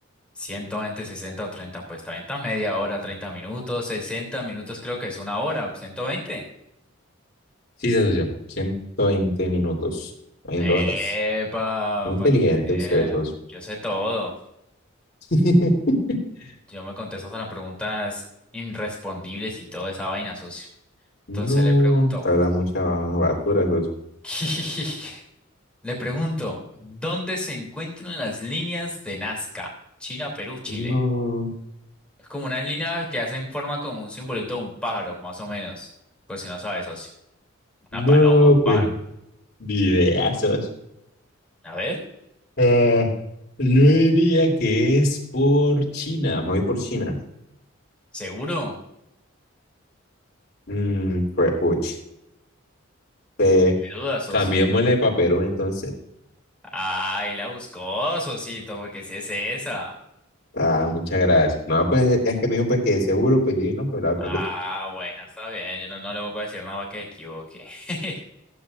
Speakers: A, in the centre; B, on the left (about 50°).
A: ciento veinte 60 o 30 pues 30 media hora, 30 minutos, 60 minutos creo que es una hora, ciento veinte
B: Sí, socio. ciento veinte minutos hay
A: Epa,
B: en dos horas. Muy inteligente
A: para que vean.
B: ustedes, socio.
A: Yo sé todo.
B: <laughs>
A: Yo me contesto a las preguntas irrespondibles y toda esa vaina, socio.
B: No,
A: Entonces le pregunto,
B: te habla mucha basura, socio.
A: <laughs> le pregunto, ¿dónde se encuentran las líneas de Nazca? China, Perú, Chile.
B: No,
A: Es como unas líneas que hacen forma como un simbolito de un pájaro, más o menos. Por si no sabes, socio.
B: no,
A: Una paloma, un
B: pues,
A: pájaro.
B: videazos.
A: A ver.
B: Ah, yo diría que es por China. Me voy por China.
A: ¿Seguro?
B: Mm, pues, uch. Eh,
A: ¿Qué duda, socio?
B: cambiémosle para Perú, entonces.
A: Ay, la buscó, socito, porque si es esa.
B: Ah, muchas gracias. No, pues es que me dijo pues que de seguro, pues yo dije, no, pero la voy a cambiar.
A: Ah, bueno, está bien. Yo no, no le voy a decir nada para que se equivoque. <laughs>